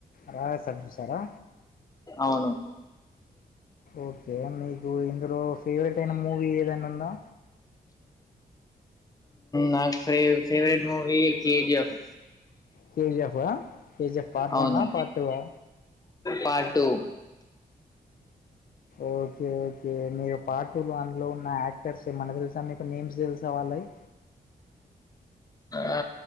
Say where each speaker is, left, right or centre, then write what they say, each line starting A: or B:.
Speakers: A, on the left; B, on the left.
A: రాజాసబ్ చూసారా
B: అవును
A: ఓకే మీకు ఇందులో ఫేవరెట్ అయిన మూవీ ఏదనా ఉందా
B: నాకు ఫేవరెట్ మూవీ కేజిఎఫ్
A: కేజిఎఫ్ ఆ కేజిఎఫ్ పార్ట్
B: అవును
A: వన్ ఆ పార్ట్ టూ ఆ
B: పార్ట్ టు
A: ఓకే ఓకే మీరు పార్ట్ టూ దాంట్లో ఉన్న యాక్టర్స్ ఏమన తెలుసా మీకు నేమ్స్ తెలు సా వాళ్ళవి
B: ఆ